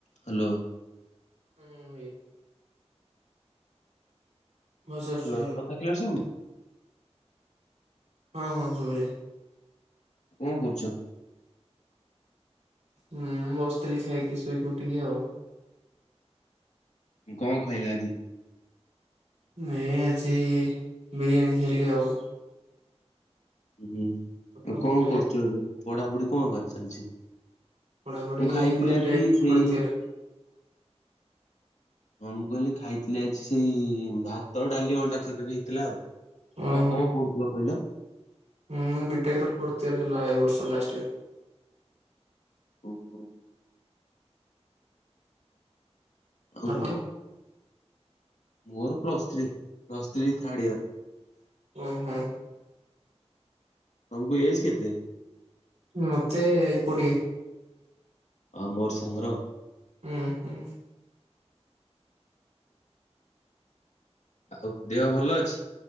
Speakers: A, on the left (about 85°); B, on the right (about 85°).
A: Hello.
B: ହୁଁ ହୁଁ, ଭାଇ ଭଏସ ଆସୁଛି
A: ହ୍ୟାଲୋ। କଥା କ୍ଲିୟର ଶୁଭୁ
B: ହଁ ହଁ, ସବୁ ହେଇଯାଏ।
A: କଣ କରୁଛ?
B: ହୁଁ ଉଁ ବସିଥିଲି, ଖାଇକି ଶୋଇକି ଉଠିକି ଆଉ।
A: କଣ କହିଲା ଆଜି?
B: ନାଇଁ ଆଜି ବିରିୟାନୀ ଖାଇଲି ଆଉ।
A: ହୁଁ,
B: ଆପଣ
A: ଆଉ କଣ
B: ଖାଇଲେ?
A: କରୁଛୁ ଏବେ? ପଢାପଢି କଣ କାହାର ଚାଲଚି?
B: ପଢାପଢି
A: ମୁଁ ଖାଇଥିଲି
B: ବିଟେକ୍
A: ଆଜି ସେଇ
B: ଫୋର୍ଥ ଇୟର
A: ହଁ, ମୁଁ କହିଲି ଖାଇଥିଲି ଆଜି ସେଇ ଭାତ, ଡାଲି, ଅଣ୍ଡା ତରକାରୀ ହେଇଥିଲା ଆଉ।
B: ଓହୋ
A: ହଁ କଣ ପଢ଼ୁଥିଲ କହିଲ?
B: ହୁଁ ବି ଟେକ ର ଫୋର୍ଥ ଇୟର ହେଲା, ଏଇ ବର୍ଷ ଲାଷ୍ଟ ଇୟର।
A: ଓହୋ। ଆଉ
B: ଆପଣ
A: କହ। ମୋର plus three, plus three third year.
B: ଓହୋ।
A: ତମକୁ ଏଜ କେତେ?
B: ମତେ କୋଡିଏ।
A: ଆ ମୋର ସାଙ୍ଗର ଆଉ।
B: ଉଁ ହୁଁ।
A: ଆଉ ଦେହ ଭଲ ଅଛି?